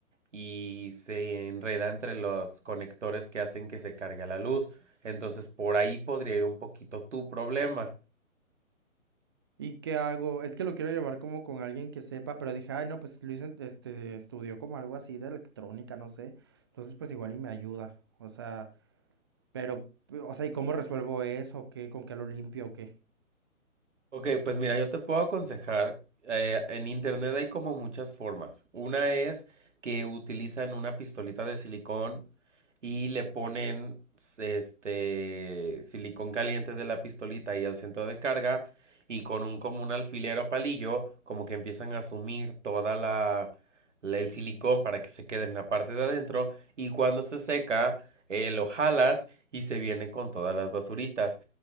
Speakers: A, on the right; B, on the right.
A: y se enreda entre los conectores que hacen que se cargue la luz. Entonces por ahí podría ir un poquito tu problema.
B: ¿Y qué hago? Es que lo quiero llevar como con alguien que sepa, pero dije, ay, no, pues Luis en- este, estudió como algo así de electrónica, no sé. Entonces, pues igual y me ayuda. O sea, pero, o sea, ¿y cómo resuelvo eso? ¿Qué? ¿Con qué lo limpio o qué?
A: Ok, pues mira, yo te puedo aconsejar, eh, en internet hay como muchas formas. Una es que utilizan una pistolita de silicón y le ponen s- este silicón caliente de la pistolita y al centro de carga y con un como un alfiler o palillo como que empiezan a sumir toda la, la- el silicón para que se quede en la parte de adentro y cuando se seca eh, lo jalas y se viene con todas las basuritas.